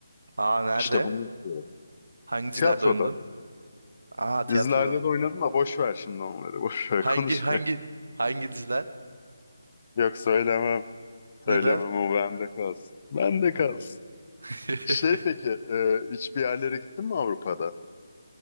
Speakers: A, on the right; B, on the left.
A: Aa nerede?
B: İşte bunu yapıyorum.
A: Hangi
B: Tiyatroda,
A: dizilerde oynadın? Aa tiyatroda.
B: dizilerde de oynadım da boş ver şimdi onları. Boş ver
A: Hangi
B: konuşma.
A: hangi
B: <laughs>
A: hangi diziler?
B: Yok söylemem. Söylemem
A: Neden?
B: o bende kalsın. Bende kalsın.
A: Tamam. <laughs>
B: Şey peki, e, hiçbir yerlere gittin mi Avrupa'da?